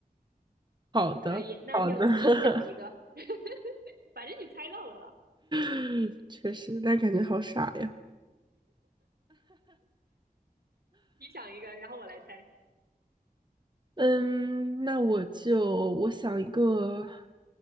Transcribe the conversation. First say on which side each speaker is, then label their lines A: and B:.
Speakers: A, on the right; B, on the right.
A: 好的好的。
B: 可以。那就你想一个，
A: <laughs>
B: <laughs> 反正你猜到了吧？
A: <laughs> 嗯，确实，但感觉好傻呀。
B: 你想一个，然后我来猜。
A: 嗯，那我就我想一个，